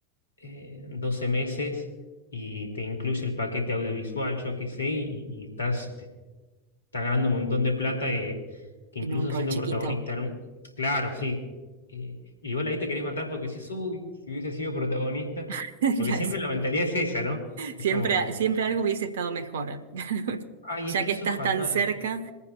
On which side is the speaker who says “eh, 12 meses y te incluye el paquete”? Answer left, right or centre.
Left